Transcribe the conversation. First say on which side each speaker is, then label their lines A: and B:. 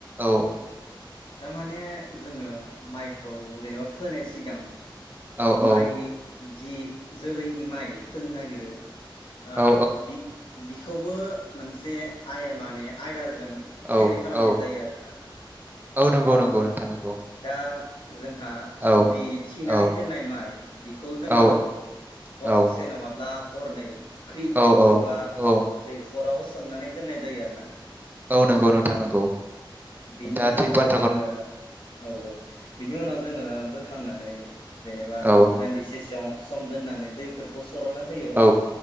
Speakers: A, on the right (about 20°); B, on the left (about 70°).
A: औ
B: दा माने जोङो माइक खौ जेनेबा फोनाय सिगां
A: औ
B: माइ
A: औ
B: जि जोलैनि माइ फोनो नागिरो आ
A: औ
B: बि बिखौबो मोनसे आइया माने आयदा जों थियारि
A: औ
B: खालामनाय
A: औ
B: जायो आरोना
A: औ नंगौ
B: ओ
A: नंगौ नोंथां नंगौ।
B: दा जोंहा
A: औ
B: जि थिनानै
A: औ
B: दोननाय माइ बेखौ जोङो
A: औ
B: हरसे
A: औ
B: नङाब्ला हरनै फुख्रि
A: औ
B: नङाबा
A: औ
B: दै अराव सोमनानै दोननाय जायो आरो ना।
A: औ नंगौ नोंथां नंगौ।
B: बिनि
A: नोंथाङा
B: उनावसो
A: थिग बाथ
B: जोङो औ औ बिनि उनाव जोङो बोखांनानै जेनेबा
A: औ
B: दान्दिसे सेयाव सम दोननानै दैफोरखौ सर'नो होयो।
A: औ